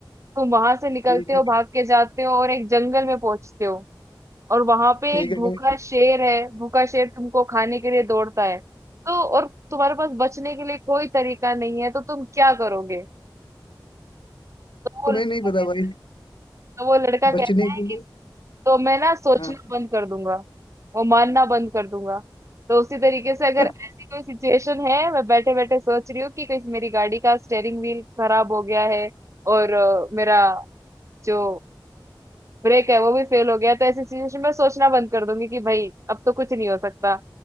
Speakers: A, on the right (about 35°); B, on the left (about 85°).
A: तुम वहां से निकलते
B: ठीक
A: हो
B: है
A: भाग के जाते हो और एक जंगल में पहुंचते हो और वहां पे
B: ठीक
A: एक भूखा
B: है
A: शेर है भूखा शेर तुमको खाने के लिए दौड़ता है तो और तुम्हारे पास बचने के लिए कोई तरीका नहीं है तो तुम क्या करोगे तो वो
B: तुम्हें
A: लड़का
B: नहीं
A: कहता,
B: पता भाई
A: तो वो लड़का कहता
B: बचने
A: है
B: के लिए
A: तो मैं ना सोचना
B: हाँ
A: बंद कर दूंगा वो मानना बंद कर दूंगा तो उसी तरीके से अगर
B: <laughs>
A: ऐसी कोई सिचुएशन है मैं बैठे बैठे सोच रही हूँ कि कहीं मेरी गाड़ी का स्टेयरिंग व्हील खराब हो गया है और अ, मेरा जो ब्रेक है वो भी फेल हो गया है, तो ऐसी सिचुएशन में सोचना बंद कर दूंगी कि भाई अब तो कुछ नहीं हो सकता